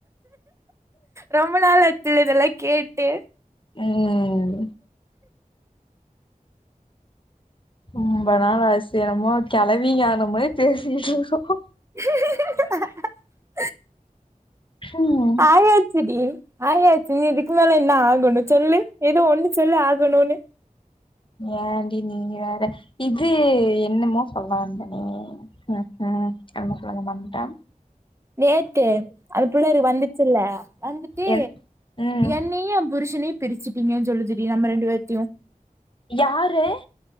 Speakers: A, on the right; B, on the left.
A: ரொம்ப நாள் ஆச்சுல்ல இதெல்லா கேட்டு
B: ம் ரொம்ப நாள் ஆச்சு என்னமோ கெழவிங்க ஆனா மாரி பேசிட்ருக்கோ
A: க்கு க்கு க்கு அஹ
B: ஹம்
A: ஆயாச்சு டி ஆயாச்சு இதுக்கு மேல என்ன ஆகணு சொல்லு ஏதோ ஒண்ணு சொல்லு ஆகணுனு
B: ஏன்டி நீ வேற இது என்னமோ சொல்ல வந்தனே ஹ ஹ என்னமோ சொல்ல மறந்துட்ட
A: நேத்து அது பிள்ளரு வந்துச்சுல்ல வந்துட்டு
B: என் ம்
A: என்னையு எ புருஷனையு பிரிச்சிட்டீங்க சொல்லுது டி நம்ம ரெண்டு பேத்தையு
B: யாரு